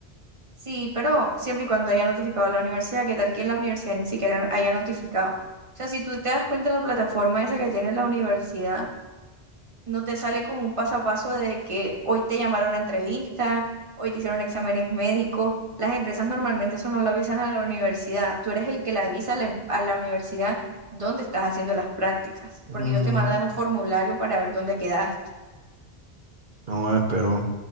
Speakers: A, on the right (about 30°); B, on the right (about 50°).
A: Sí, pero siempre y cuando haya notificado a la universidad, ¿qué tal que en la universidad ni siquiera haya notificado? O sea, si tú te das cuenta en la plataforma esa que tiene la universidad, no te sale como un paso a paso de que hoy te llamaron a entrevista, hoy te hicieron exámenes médicos. Las empresas normalmente eso no lo avisan a la universidad. Tú eres el que le avisa a la, em- a la universidad dónde estás haciendo las prácticas,
B: Mm,
A: porque ellos te mandan un formulario para ver dónde quedaste.
B: no, espero,